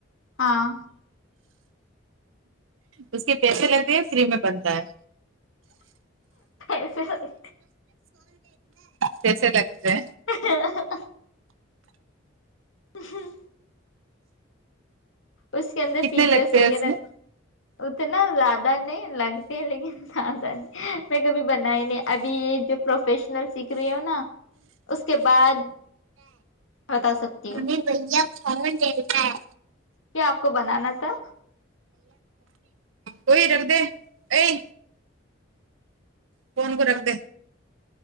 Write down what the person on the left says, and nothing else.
ہاں
<unintelligible>
ا ہا ہا و ہاں اس کے اندر
فیچرس
وغیرہ
اتنا زیادہ نہیں لگتی ہے لیکن زیادہ نہیں میں کبھی بنائی نہیں ابھی یہ جو پروفی شن سیکھ رہی ہو نا اس کے بعد بتا سکتی
ہو
کیا آپ کو بنانا تھا